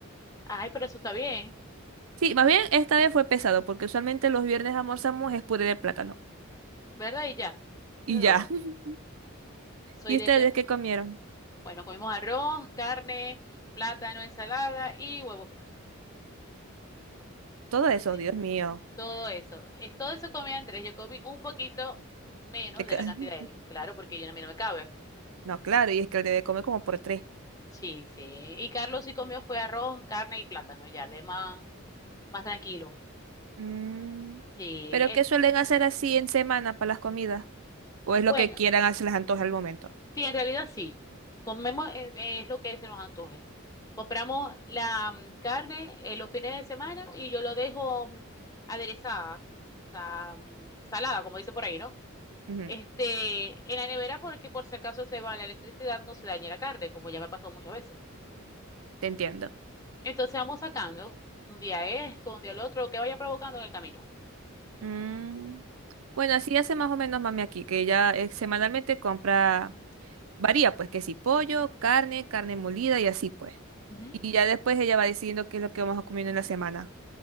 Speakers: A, on the left; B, on the right.
A: Ay, pero eso está bien,
B: Sí, más bien esta vez fue pesado, porque usualmente los viernes almorzamos es puré de plátano.
A: ¿verdad? Y ya.
B: Y
A: Eso es
B: ya.
A: todo.
B: <laughs>
A: Soy
B: ¿Y
A: de
B: ustedes
A: ese mismo.
B: qué comieron?
A: Bueno, comimos arroz, carne, plátano, ensalada y huevo frito.
B: Todo eso,
A: Así.
B: Dios mío.
A: Todo eso. Es, todo eso comía Andrés. Yo comí un poquito menos
B: Te
A: de
B: ca-
A: la cantidad
B: <laughs>
A: de él, claro, porque yo a mí no me cabe.
B: No, claro, y es que debe comer como por tres.
A: Sí, sí. Y Carlos sí comió fue arroz, carne y plátano, ya, le más, más tranquilo.
B: Mm,
A: Sí.
B: ¿Pero
A: es-
B: qué suelen hacer así en semana para las comidas? O es lo
A: bueno.
B: que quieran hacer las antojas al momento.
A: Sí, en realidad sí. Comemos eh, eh, es lo que se nos antoje. Compramos la mm, carne eh, los fines de semana y yo lo dejo mm, aderezada, o sea, mm, salada, como dicen por ahí, ¿no?
B: Ujú,
A: Este, en la nevera porque por si acaso se va la electricidad, no se dañe la carne, como ya me pasó muchas veces.
B: te entiendo.
A: Entonces vamos sacando un día esto, un día lo otro, lo que vaya provocando en el camino.
B: Mm, Bueno, así hace más o menos mami aquí, que ella eh, semanalmente compra, varía pues, que si pollo, carne, carne molida y así pues.
A: Ujú.
B: Y ya después ella va decidiendo qué es lo que vamos a comer en la semana.